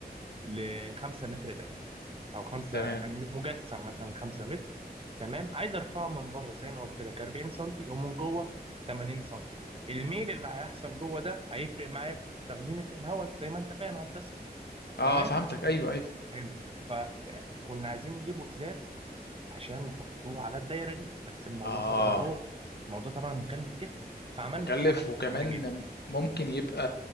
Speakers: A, on the right; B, on the left.
A: ل 5 متر دايرة او خمسة
B: تمام
A: يعني مجسم مثلا خمسة متر تمام عايز ارفعه من بره زي ما قلت لك 40 سنتي ومن جوه 80 سنتي الميل اللي هيحصل جوه ده هيفرق معايا في في تخزين الخ- الهواء زي ما انت فاهم يا هندسه
B: اه
A: تمام
B: فهمتك ايوه ايوه
A: حلو فكنا عايزين نجيبوا ازاز عشان نحطوه على الدايره دي بس الموضوع
B: اه
A: طبعا هو الموضوع طبعا مكلف جدا فعملنا
B: مكلف
A: ايه عملنا
B: وكمان
A: فكره جميله
B: ممكن يبقى